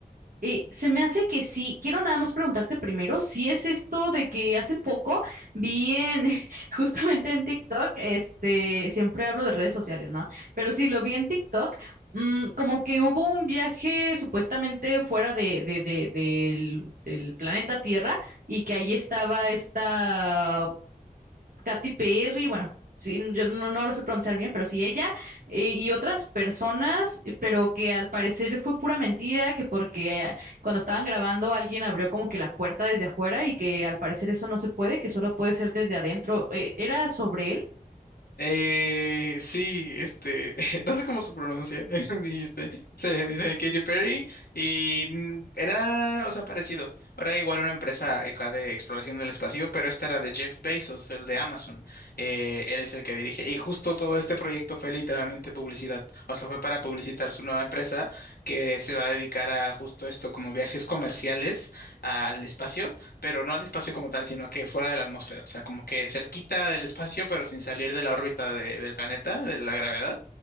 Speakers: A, on the right; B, on the left.
A: Eh, se me hace que sí. Quiero nada más preguntarte primero si es esto de que hace poco vi en, <laughs> justamente en TikTok, este, siempre hablo de redes sociales, ¿no? Pero sí, lo vi en TikTok, mm, como que hubo un viaje supuestamente fuera de, de, de- del, del planeta Tierra y que ahí estaba esta Katy Perry, bueno, sí, yo no, no lo sé pronunciar bien, pero sí ella eh, y otras personas, eh, pero que al parecer fue pura mentira, que porque cuando estaban grabando alguien abrió como que la puerta desde afuera y que al parecer eso no se puede, que solo puede ser desde adentro. Eh, ¿era sobre él?
B: Eh, sí, este, <laughs> no sé cómo se pronuncia, <laughs> dijiste. Se dice Katy Perry y mm, era, o sea, parecido. Era igual una empresa acá de exploración del espacio, pero esta era de Jeff Bezos, el de Amazon. Eh, él es el que dirige. Y justo todo este proyecto fue literalmente publicidad. O sea, fue para publicitar su nueva empresa que se va a dedicar a justo esto, como viajes comerciales al espacio pero no al espacio como tal, sino que fuera de la atmósfera, o sea, como que cerquita del espacio, pero sin salir de la órbita de- del planeta, de la gravedad,